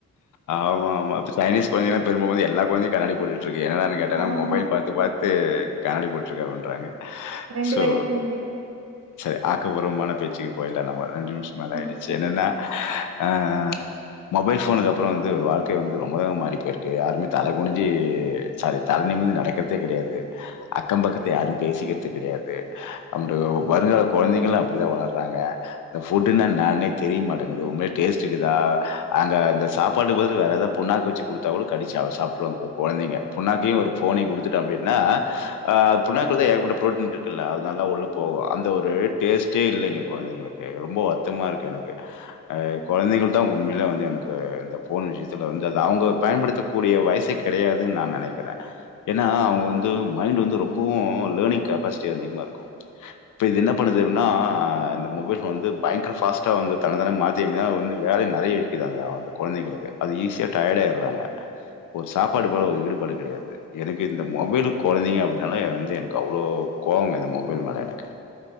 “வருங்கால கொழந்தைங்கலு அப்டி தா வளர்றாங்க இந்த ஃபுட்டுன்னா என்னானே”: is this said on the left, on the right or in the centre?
Left